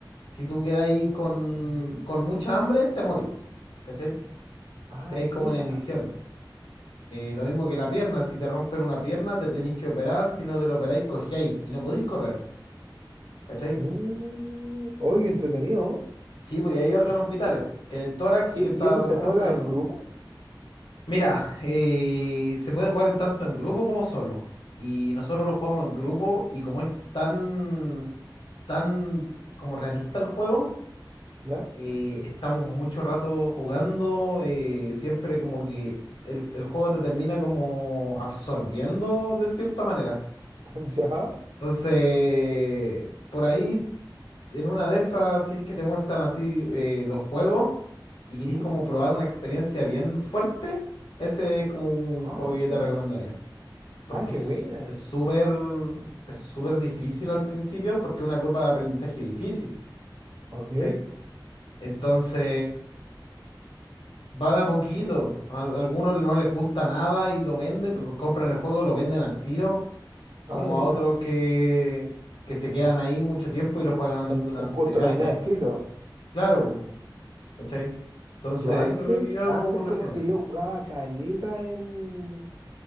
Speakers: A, on the left (about 75°); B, on the right (about 65°).
A: Si tú quedáis
B: ah,
A: con,
B: buena.
A: con mucha hambre, te morís, ¿cachai?
B: Ah,
A: Y hay
B: chuta.
A: como una edición lo mismo que la pierna, si te rompen una pierna, te tenéis que operar, si no te lo operáis, cojeáis y no podéis correr, ¿cachai?
B: Mm, oye, qué entretenido.
A: Sí, pues y hay órganos
B: Se escu-
A: vitales, po, que el tórax
B: ¿Y,
A: que está
B: y ese
A: donde
B: se
A: está
B: juega
A: el corazón.
B: en grupo?
A: Mira, eh, se puede jugar en tanto en grupo como solo. Y nosotros lo jugamos en grupo y como es tan, tan como realista el juego,
B: ¿Ya?
A: eh, estamos mucho rato jugando, eh, siempre como que el, el juego te termina como absorbiendo de cierta manera.
B: <laughs> ¿Ya?
A: Entonces, por ahí si, En una de esas, si es que te gustan así eh, los juegos y querís
B: Mm.
A: como probar una experiencia bien fuerte, ese es como un
B: Ah,
A: juego que
B: chuta.
A: yo te recomendaría. Porque
B: Ah, qué
A: es
B: buena.
A: es súper es súper difícil al principio, porque es una curva de aprendizaje difícil,
B: Ok.
A: ¿cachai? Entonces, va de a poquito. A a algunos no les gusta nada y lo venden, lo compran el juego, lo venden al tiro,
B: Ah,
A: como
B: mira.
A: a otros que, que se quedan ahí mucho tiempo y lo juegan
B: En,
A: durante
B: en justo no
A: años.
B: hay nada escrito.
A: Claro. ¿Cachai? Entonces,
B: Yo antes,
A: eso es lo que yo hago
B: antes
A: por
B: como
A: lo general.
B: que yo jugaba caleta en,